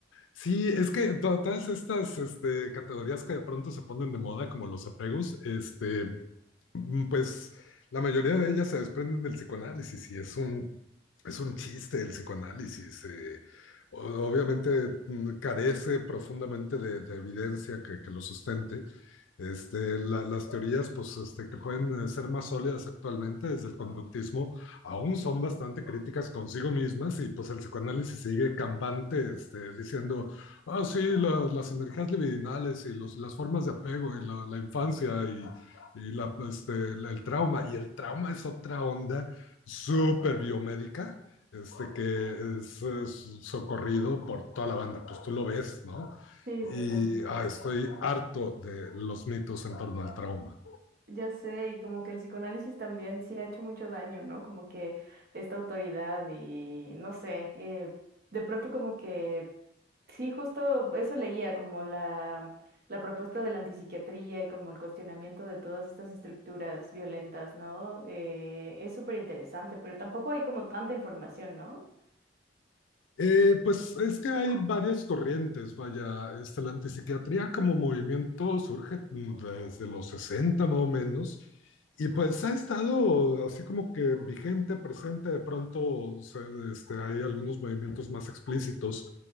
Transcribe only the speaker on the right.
Sí, totalmente.
Ya sé, y como que el psicoanálisis también sí ha hecho mucho daño, ¿no? Como que esta autoridad y no sé, eh, de pronto como que Sí, justo eso leía, como la, la propuesta de la antipsiquiatría y como el cuestionamiento de todas estas estructuras violentas, ¿no? Eh, es súper interesante, pero tampoco hay como tanta información, ¿no?